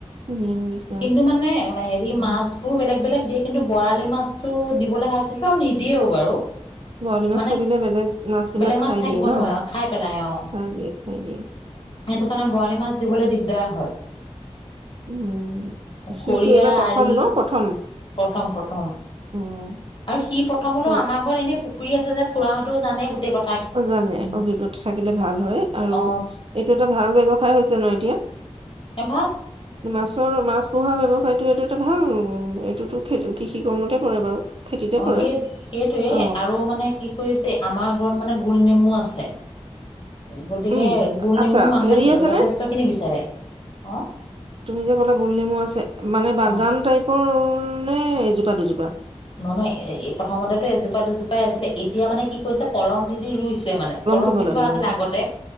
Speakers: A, on the right; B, on the left.
A: কিনি আনি দিছে
B: কিন্তু মানে হেৰি
A: অ
B: মাছবোৰ বেলেগ বেলেগ দিয়ে কিন্তু বৰালি মাছটো দিবলৈ হাত দিছে আৰু নিদিয়েও বাৰু
A: বৰালি মাছ
B: মানে
A: থাকিলে বেলেগ বিলাক
B: বেলেগ
A: খাই
B: মাছ থাকিব
A: দিয়ে ন
B: নোৱাৰে খাই পেলাই অহ
A: খাই দিয়ে খাই দিয়ে
B: সেইটো কাৰণে বৰালি মাছ দিবলৈ দিগদাৰ হয়
A: উম সিটো
B: খৰিয়া
A: এইবাৰ প্ৰথম
B: আৰি
A: ন প্ৰথম
B: প্ৰথম প্ৰথম
A: উম
B: আৰু সি প্ৰথমলৈও
A: অ
B: আমাৰ ঘৰত এনেই পুখুৰী আছে যে খুৰাহঁতৰও জানে গোটেই কথা
A: জানে অভিজ্ঞতা থাকিলে ভাল হয় আৰু
B: অ
A: এইটো এটা ভাল ব্যৱসায় হৈছে ন এতিয়া
B: অ <unintelligible>
A: মাছৰ মাছ পোহাৰ ব্যৱসায়টোএইতো ভাল এইতো কৃষি কৰ্মতে পৰে বাৰু খেতিতে
B: অ
A: পৰে
B: সেই সেইটোৱে
A: অ
B: আৰু মানে কি কৰিছে আমাৰ এইবোৰ মানে গোল নেমু আছে গতিকে
A: উম
B: গোল নেমু
A: আচ্ছা
B: মানুহে
A: হেৰি আছে
B: যথেষ্ট
A: নে
B: খিনি বিচাৰে অহ
A: তুমি যে ক'লা গোল নেমু আছে মানে বাগান
B: অ
A: টাইপৰ নে এজোপা দুজোপা
B: নহয় নহয় এ প্ৰথমতো এজোপা দুজোপাই আছিলে এতিয়া মানে কি কৰিছে কলম দি দি ৰুইছে চে মানে কলম
A: দিব
B: দি
A: লাগে
B: থোৱা আছিলে
A: অ
B: আগতে